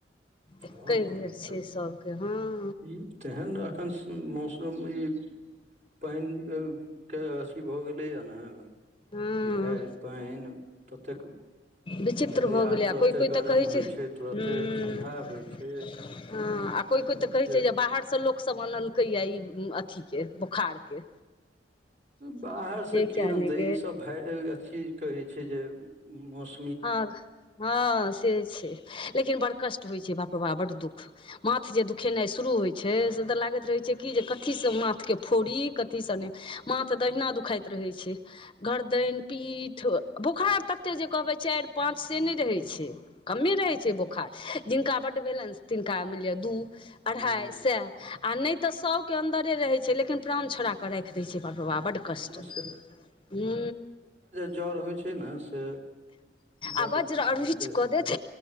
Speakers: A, on the right; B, on the left.
A: हँ-हँ
B: एके
A: आई
B: बेर छै
A: केल
B: सबके हँ
A: ई तेहन एखन मौसम इ पाइन के अथी भऽ गेलैये ने
B: हँ
A: बीहर पाइन ततेक
B: विचित्र
A: भेलैए
B: भऽ गेलैये
A: तुरते
B: आ कोइ कोइ
A: गरम
B: तऽ कहैय
A: होइ
B: छैय
A: छै तुरते
B: हूँ
A: ठण्डा होइ छै
B: हँ आ कोइ कोइ
A: लोकके
B: तऽ कहै छैय जे बाहर स लोक सब आनलकै ये ई अथी के बोखार के
A: बाहर स की
B: किया
A: अनतै
B: नहि गे
A: ई सब भैय अथी कहै छैय जे मौस
B: हँ हँ से छैय लेकिन बड़ कष्ट होय छैय बाप रौ बाप बड़ दुःख माथ जे दुखेनाय जे शुरू होइ छैय से तऽ लागत रहैत छैय कि जे कथी स माथ के फोड़ी कथी सँ ने माथ दहिना दुखाइत रहैय छैय गरदनि पीठ बोखार तते जे कहबै चार पाँच से नय रहैय छैय कमे रहै छैय बोखार जिनका बड्ड भेलन तिनका मानि लीयन दू
A: हूँ
B: अढ़ाइ सय आ नय तऽ सभके अन्दरे रहैत छैय लेकिन प्राण छोड़ा के क राखि दैय छैय बाप रे बाप बड कष्ट
A: हँ
B: हूँ
A: जर होय छैय ने से बड्ड
B: अ बज्र अरूचि
A: बेस
B: कऽ देत